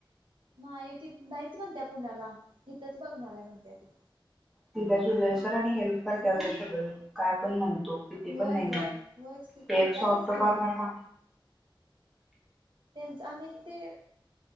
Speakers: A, on the right; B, in the centre.
A: नाही ती नाहीच म्हणतीया पुण्याला, हितच बघणार आहे म्हणत्या ती.
B: तिला जुबेर सर आणि हेल्प करत्यात ग सगळी, काय पण म्हण किती
A: होय
B: पण नाही
A: ग होयच की, करत्यातच
B: एक सॉफ्ट
A: की
B: कॉर्नर
A: म. त्यांच आणि ते